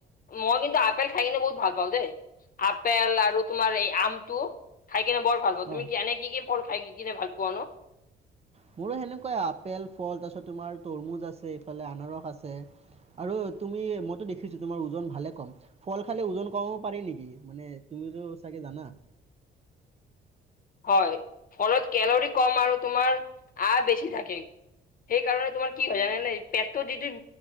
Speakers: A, on the left; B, on the right.
A: মই কিন্তু আপেল খাই কিনে বহুত ভাল পাওঁ দেই, আপেল আৰু তোমাৰ এই আমটো খাই কিনে বৰ ভাল পাওঁ, তুমি
B: অ
A: কি এনে কি কি ফল খাই কিনে ভাল পোৱা নো?
B: মোৰো সেনেকুৱাই আপেল ফল, তাৰপিছত তোমাৰ তৰমুজ আছে, এইফালে আনাৰস আছে। আৰু তুমি মইতো দেখিছো তোমাৰ ওজন ভালে কম। ফল খালে ওজন কমাব পাৰি নেকি মানে তুমিতো চাগে জানা।
A: হয়, ফলত কেলৰি কম আৰু তোমাৰ আ বেছি থাকে। সেই কাৰণে তোমাৰ কি হয় জানে নে পেটতো যিটো